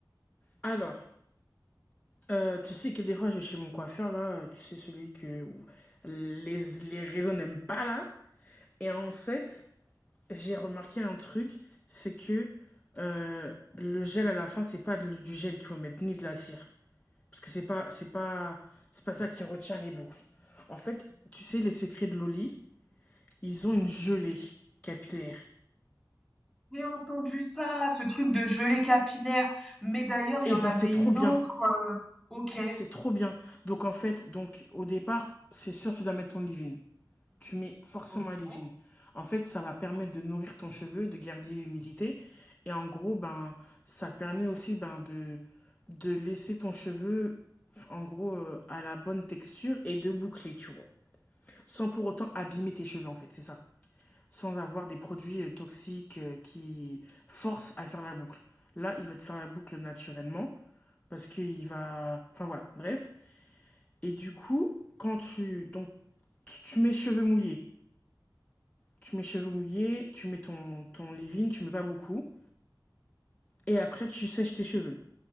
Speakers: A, on the left; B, in the centre.
A: Alors, euh, tu sais que des fois, je vais chez mon coiffeur, là, euh, tu sais, celui que les, les réseaux n'aiment pas, là. Et en fait, j'ai remarqué un truc, c'est que euh, le gel à la fin, c'est pas du gel qu'il faut mettre, ni de la cire. Parce que c'est pas, c'est pas, c'est pas ça qui retient les boucles. En fait, tu sais, les secrets de Loli, ils ont une gelée capillaire.
B: J'ai entendu ça, ce truc de gelée capillaire. Mais d'ailleurs, il
A: Eh
B: y en
A: ben,
B: avait
A: c'est trop
B: une
A: bien.
B: autre. euh, ok.
A: C'est trop bien. Donc, en fait, donc, au départ, c'est sûr, tu dois mettre ton leave-in. Tu mets forcément
B: Ok.
A: un leave-in. En fait, ça va permettre de nourrir ton cheveu, de garder l'humidité. Et en gros, ben, ça permet aussi, ben, de, de laisser ton cheveu, en gros, euh, à la bonne texture et de boucler, tu vois. sans pour autant abîmer tes cheveux en fait, c'est ça. Sans avoir des produits euh, toxiques euh, qui forcent à faire la boucle. Là, il va te faire la boucle naturellement parce qu'il va enfin voilà, bref. Et du coup, quand tu donc tu, tu mets cheveux mouillés, tu mets cheveux mouillés, tu mets ton ton leave-in, tu mets pas beaucoup et après tu sèches tes cheveux.